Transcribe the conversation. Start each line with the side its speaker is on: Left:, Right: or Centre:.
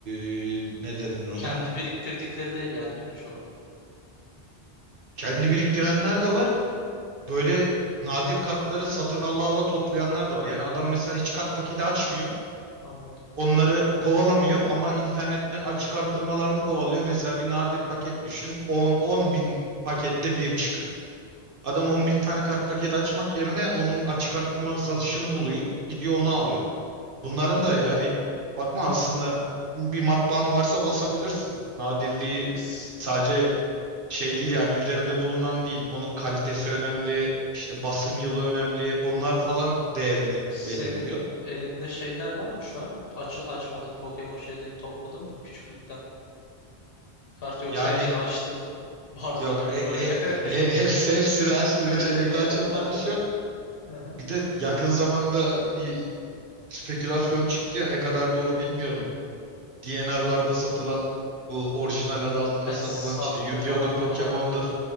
Right: e, ne denir ona?
Left: Kendi biriktirdikleri değil yani değil mi çoğu?
Right: Kendi biriktirenler de var. Böyle nadir kartları satın ala ala toplayanlar da var. Yani adam mesela hiç kart paketi açmıyor.
Left: Anladım.
Right: Onları kovalamıyor ama internetten açık arttırmalarını kovalıyor. Mesela bir nadir paket düşün. 10 10 bin pakette bir çıkıyor. Adam 10 bin tane kart paketi açmak yerine onun açık arttırma satışını buluyor. Gidiyor onu alıyor. Bunların da yani bakma aslında bir matbaan varsa basabilirsin. Nadirliği
Left: Biz...
Right: sadece şey
Left: Hı
Right: değil
Left: hı.
Right: yani üzerinde bulunan değil. Onun kalitesi önemli, işte basım yılı önemli. Onlar falan değerini
Left: Senin
Right: belirliyor.
Left: elinde şeyler var mı şu an? Aç, açmadığın Pokemon şeylerini topladın mı küçüklükten? Kart yoksa
Right: Yani
Left: hepsini açtın mı? <laughs> Barzo
Right: yok
Left: gibi
Right: e, e,
Left: böyle. <laughs>
Right: e- hepsi hepsini açtı.
Left: Önüne
Right: Hiç elimde
Left: gelen
Right: açılmamış
Left: kartları.
Right: yok.
Left: Aha.
Right: Bir de yakın zamanda bir spekülasyon çıktı ya ne kadar doğru bilmiyorum. DNR'larda satılan bu orijinal adı altında
Left: Ha,
Right: satılan
Left: sahte
Right: işte Yu-Gi-Oh'dur,
Left: falan
Right: Pokemon'dur.
Left: diyorlardı.